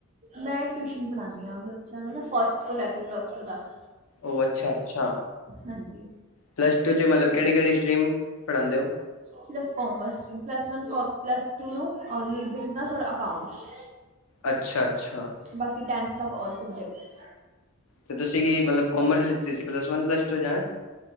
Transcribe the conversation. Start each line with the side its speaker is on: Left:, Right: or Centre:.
Right: ਮੈਂ ਟਿਊਸ਼ਨ ਪੜਾਨੀ ਆ ਬੱਚਿਆਂ ਨੂੰ ਨਾ ਫਸਟ ਤੋਂ ਲੈ ਕੇ ਪਲੱਸ ਟੂ ਤੱਕ।
Left: ਓ ਅੱਛਾ-ਅੱਛਾ,
Right: ਹਾਂਜੀ
Left: ਪਲੱਸ ਟੂ ਚ ਮਤਲਬ ਕੇੜੀ-ਕੇੜੀ ਸਟ੍ਰੀਮ ਪੜ੍ਹਾਂਦੇ ਓ?
Right: ਸਿਰਫ਼ ਕੋਮਰਸ ਪਲੱਸ ਵਨ ਕੋ ਪਲੱਸ ਟੂ ਨੂੰ ਓਨਲੀ ਬਿਜਨਸ ਔਰ ਅਕਾਊਂਟਸ।
Left: ਅੱਛਾ-ਅੱਛਾ।
Right: ਬਾਕੀ ਟੈਂਨਥ ਤੱਕ ਓਲ ਸਬਜੈਕਟਸ।
Left: ਤੇ ਤੁਸੀਂ ਕੀ ਮਤਲਬ ਕੋਮਰਸ ਲਿੱਤੀ ਸੀ ਪਲੱਸ ਵਨ ਪਲੱਸ ਟੂ ਚ ਹੈਂ?